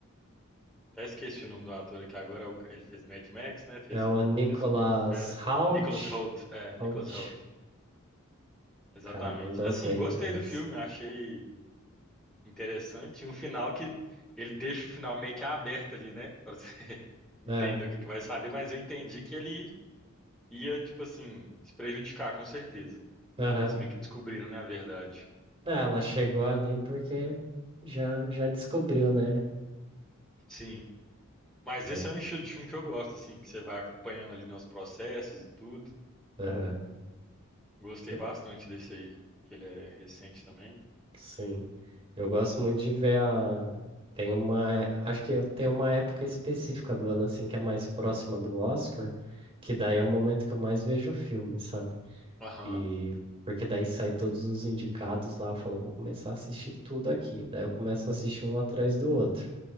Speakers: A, in the centre; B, on the right.
A: Até esqueci o nome do ator aqui agora. é o- Ele fez Mad Max, né? Fez
B: É o
A: um.
B: Nicolas
A: Fez o, o Fera.
B: Hoult.
A: Nicholas Hoult. É, Nicholas
B: Hoult.
A: Hoult. Exatamente.
B: Cara, mandou
A: Assim,
B: bem
A: gostei
B: demais.
A: do filme, achei. Interessante. E um final que ele deixa o final meio que aberto ali, né? Pra você <laughs> entender
B: É,
A: o que que vai saber, mas eu entendi que ele ia, tipo assim, se prejudicar, com certeza.
B: aham.
A: Que eles meio que descobriram, né, a verdade.
B: É, Ela chegou ali porque já, já descobriu, né?
A: Sim. Mas
B: Mas,
A: esse é um estilo de filme que eu gosto, assim, que você vai acompanhando ali, né, os processos e tudo.
B: aham,
A: Gostei
B: eu-
A: bastante desse aí, que ele é recente também.
B: sim. Eu gosto muito de ver a. Tem uma. Acho que eu tenho uma época específica do ano, assim, que é mais próxima do Oscar, que daí é o momento que eu mais vejo o filme, sabe?
A: Aham.
B: E. Porque daí sai todos os indicados lá, eu falo, vou começar a assistir tudo aqui. Daí eu começo a assistir um atrás do outro.